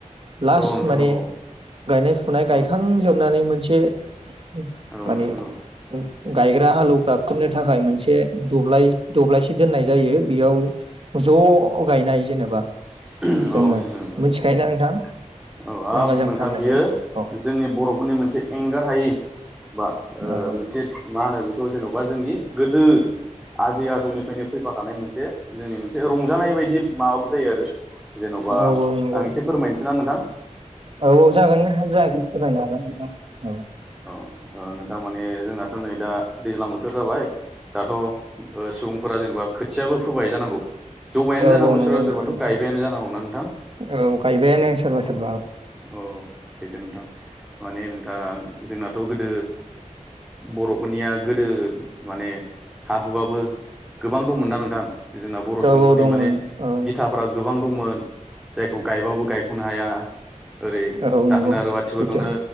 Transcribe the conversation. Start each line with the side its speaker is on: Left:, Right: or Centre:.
Right: लास
Centre: औ नोंथां
Right: माने
Centre: औ
Right: गायनाय फुनाय गायखांजोबनानै
Centre: औ
Right: मोनसे ए
Centre: औ
Right: मानि
Centre: औ नोंथां औ
Right: गायग्रा हालौवग्रा <inaudible> थाखाय मोनसे दब्लाय-दब्लायसे दोननाय जायो बेयाव ज गायनाय
Centre: औ <unintelligible>
Right: जेनेबा जोङो मिथिखायोना नोंथां
Centre: औ औ हाब
Right: नांगोल जांख्रा
Centre: नोंथां
Right: होननायखौ
Centre: बियो
Right: औ
Centre: जोंनि बरफोरनि मोनसे एंगार हायि बा ओ
Right: औ
Centre: मोनसे मा होनो बे खौ जेनेबा जोंनि गोदो आजै आजौनिफ्रायनो फैफाखानाय मोनसे जोंनि मोनसे रंजानाय बायदि मा जायो आरो जेनबा
Right: औ औ नंगौ
Centre: आं एसे फोरमायनोसै ना नोंथां
Right: औ औ जागोन जागोन फोरमायनो हागोन नोंथां औ
Centre: ओ नोंथां माने जोंनाथ नै दा दैज्लां बोथोर जाबाय दाथ ओ सुबुंफोरा जेनेबा खोथियाबो फोबाय जानांगौ जौबायानो
Right: औ औ
Centre: जानांगौ
Right: औ नंगौ
Centre: सोरबा सोरबाथ
Right: नोंथां
Centre: गायबायानो जानांगौना नोंथां
Right: औ गायबायानो सोरबा
Centre: अ
Right: सोरबा
Centre: औ सैथो नोंथां माने नोंथाङां जोंना थ गोदो बरफोरनिया गोदो माने हा हुआबो गोबां दंमोनना नोंथां जोंना बर
Right: औ
Centre: सुबुंफोरनि
Right: औ दंमोन
Centre: माने
Right: औ
Centre: बिथाफोरा गोबां दंमोन जायखौ गायबाबो गायखनो हाया ओरै
Right: औ नंगौ
Centre: दाहोना रुवाथि
Right: सैथो
Centre: फोरखौनो